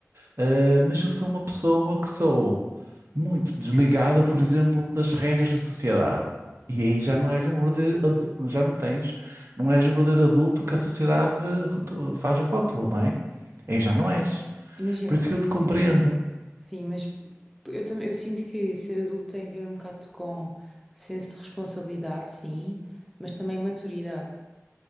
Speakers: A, on the right; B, in the centre.
A: ah, mas eu sou uma pessoa que sou muito desligada, por exemplo, das regras da sociedade. E aí já não és um verdadeiro, adu- já não tens, não és o verdadeiro adulto que a sociedade retu- faz o rótulo, não é? Aí já não és.
B: Imagina,
A: Por isso que eu te compreendo.
B: sim, mas eu também eu sinto que ser adulto tem a ver um bocado com senso de responsabilidade, sim, mas também maturidade.